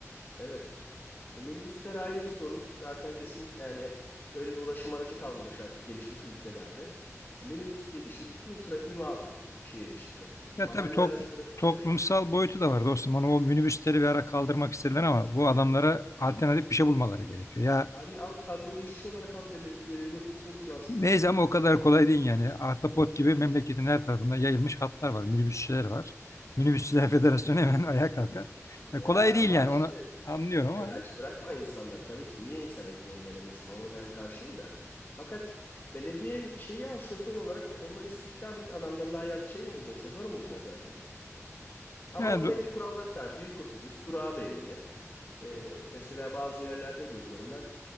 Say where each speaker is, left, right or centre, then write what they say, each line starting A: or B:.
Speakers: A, on the left (about 40°); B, on the left (about 65°).
A: Evet. E, minibüsler ayrı bir sorun. Zaten kesinlikle yani böyle bir ulaşım aracı kalmamış artık gelişmiş ülkelerde. E, minibüs diye bir şey bütün trafiği mahvediyor. Şehir içi trafiğini.
B: Ya
A: Mahalle
B: tabii toplu-
A: arası trafiği
B: toplumsal
A: de.
B: boyutu da var dostum. Onu o minibüsleri bir ara kaldırmak istediler ama bu adamlara alternatif bir şey bulmaları gerekiyor. Ya
A: Abi al kadrolu işçi olarak al bel- belediye otobüsünü kullansın.
B: neyse ama o kadar kolay değil yani. Ahtapot gibi memleketin her tarafında yayılmış hatlar var, minibüsçüler var. Minibüsçüler Federasyonu hemen <laughs> ayağa kalkar.
A: Ya
B: Ya kolay değil
A: ama
B: yani
A: işte
B: onu anlıyorum
A: hayır
B: ama
A: aç bırakma insanları. Tabii ki niye insan ekmeğinden edesin? Ona ben karşıyım da. Fakat belediye şeyi al şoför olarak ve onları istihdam et. Adamdan daha ya- şey mi bulacaksın? Şoför mü bulacaksın zaten? Ama
B: yani
A: belli kuralları tabii. Büyük otobüs, durağı belli. Ee, mesela bazı yerlerde görüyorum ben